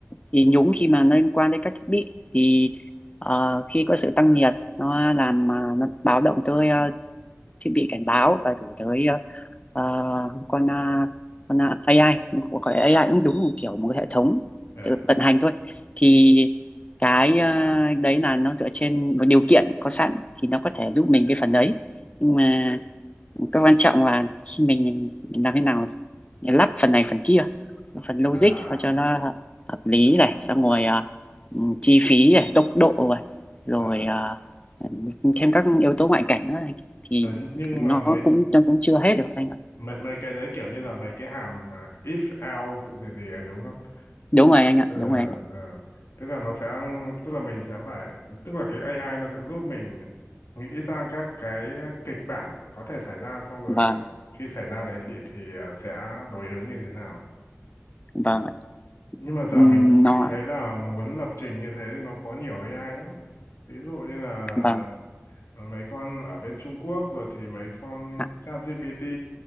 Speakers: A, on the left; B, on the left.
A: thì nhúng khi mà nó liên quan đến các thiết bị thì ờ, khi có sự tăng nhiệt nó làm mà nó báo động tới ờ, thiết bị cảnh báo và gửi tới ờ, ờ, con ờ, con ờ, AI Không phải AI cũng đúng một kiểu một cái hệ thống
B: Ờ,
A: tự vận hành thôi thì cái ờ, đấy là nó dựa trên một điều kiện có sẵn thì nó có thể giúp mình cái phần đấy nhưng mà cái quan trọng là khi mình làm thế nào lắp phần này phần kia phần logic
B: À,
A: sao cho nó hợp, lý này xong rồi à, ừ, chi phí này tốc độ này rồi
B: ờ,
A: à, thêm các yếu tố ngoại cảnh này. thì
B: ờ, nhưng
A: nó
B: mà mấy
A: cũng nó cũng chưa hết được anh ạ
B: mấy mấy cái đấy kiểu như là mấy cái hàm à, if else gì gì ấy đúng không
A: đúng rồi anh ạ
B: ờ
A: đúng
B: ờ
A: rồi anh ạ
B: ờ. tức là nó sẽ tức là mình sẽ phải tức là cái AI nó sẽ giúp mình nghĩ ra các cái kịch bản có thể xảy ra xong rồi
A: vâng
B: khi xảy ra đấy thì thì à, sẽ đối ứng như thế nào
A: vâng
B: ừ.
A: ạ.
B: nhưng mà giờ
A: Ừm,
B: mình mình
A: nó
B: thấy là muốn lập trình như thế thì nó có nhiều AI lắm ví dụ như là
A: vâng
B: Ờ, mấy con ở bên Trung Quốc rồi thì mấy con
A: ạ
B: ChatGPT